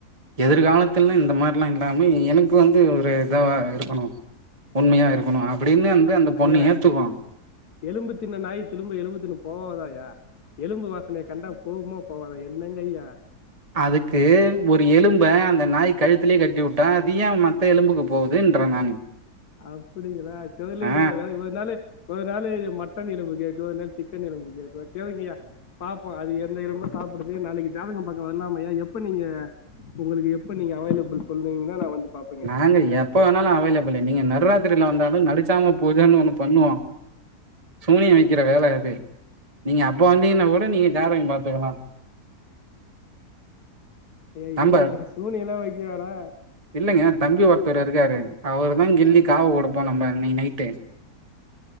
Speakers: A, on the right (about 25°); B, on the left (about 75°).
A: எதிர்காலத்துல்ல
B: ஆ
A: இந்த மாரில்லா இல்லாம எனக்கு வந்து ஒரு இதா இருக்கணு உண்மையா
B: ஆ
A: இருக்கணு அப்டின்னு வந்து அந்த பொண்ணு
B: ஐயா
A: ஏத்துக்கணு
B: எலும்பு தின்ன நாய் திலும்ப எலும்பு தின்ன போகாதாயா எலும்பு வாசனய கண்டா போகுமா போவாத என்னங்கய்யா
A: அதுக்கு ஒரு எலும்ப அந்த நாய் கழுத்தலே கட்டி விட்டா அது ஏ மத்த எலும்புக்கு போகுதுன்ற நானு
B: அப்டிங்களா தெர்லயே
A: ஆ
B: அதாவது ஒரு நாளு ஒரு நாளு மட்டன் எலும்பு கேட்கு ஒரு நாள் சிக்கன் எலும்பு கேட்கு சேரிங்கய்யா பாப்போ அது எந்த எலும்ப சாப்டுது நாளைக்கி ஜாதகம் பாக்க வர்லாமாயா எப்ப நீங்க உங்ளுக்கு எப்ப நீங்க அவேலபுள் சொல்றீங்களோ நா வந்து பாப்
A: நாங்க எப்ப வேணாலு அவேலபிளு நீங்க நடுராத்திரில வந்தாலு நடுச்சாம பூஜனு ஒண்ணு பண்ணுவோ சூனிய வக்கிற வேல அது நீங்க அப்ப வந்தீங்கன்னா கூட நீங்க ஜாதகம் பாத்துக்கலா
B: ஐயா
A: நம்ப
B: இல்லேங்க சூனியல்லா வைக்க வேணா
A: இல்லங்க தம்பி ஒருத்தரு இருக்காரு அவர் தா கில்லி காவு குடுப்போ நம்ம இன்னைகி நைட்டு